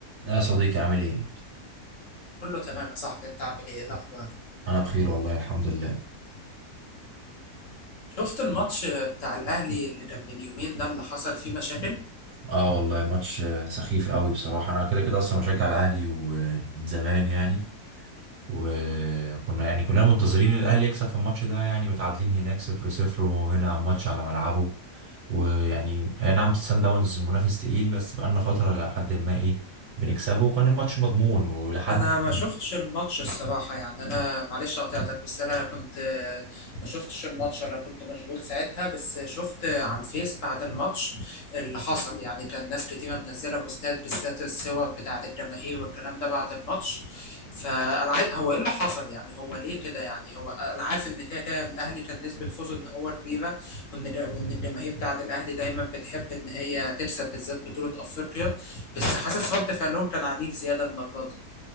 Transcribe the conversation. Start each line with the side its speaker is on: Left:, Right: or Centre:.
Right: يا صديقي عامل ايه؟
Left: كله تمام يا صاحبي انت عامل ايه ايه الاخبار
Right: انا بخير والله الحمد لله
Left: شفت الماتش بتاع الاهلي اللي كان من يومين ده اللي حصل فيه مشاكل
Right: اه والله ماتش آه، سخيف قوي بصراحة انا كده كده اصلا بشجع الاهلي ومن زمان يعني وكنا يعني كلنا منتظرين الاهلي يكسب في الماتش ده يعني متعادلين هناك صفر صفر وهنا على الماتش على ملعبه ويعني اي نعم سان داونز منافس تقيل بس بقالنا فترة لحد ما ايه بنكسبه وكان الماتش مضمون ولحد
Left: انا ما شفتش الماتش الصراحه يعني انا معلش قطعتك بس انا كنت ما شفتش الماتش انا كنت مشغول ساعتها بس شفت على الفيس بعد الماتش اللي حصل يعني كان ناس كتير منزله بوستات بالذات الصور بتاعه الجماهير والكلام ده بعد الماتش فانا عاي- هو ايه اللي حصل يعني هو ليه كده يعني هو انا عارف ان كده كده الاهلي كان نسبه فوزه ان هو كبيره وان وان الجماهير بتاعه الاهلي دايما بتحب ان هي تكسب بالذات بطوله افريقيا بس حاسس رد فعلهم كان عنيف زياده المره دي